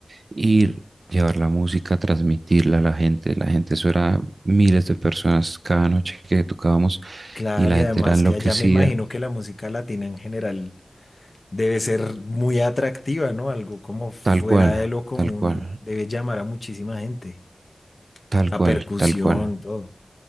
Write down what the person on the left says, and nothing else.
Claro,
y
además
que allá me imagino que la música latina en general debe ser muy atractiva, ¿no? Algo como fuera
de lo común,
debe llamar a muchísima gente.
La
percusión,
todo.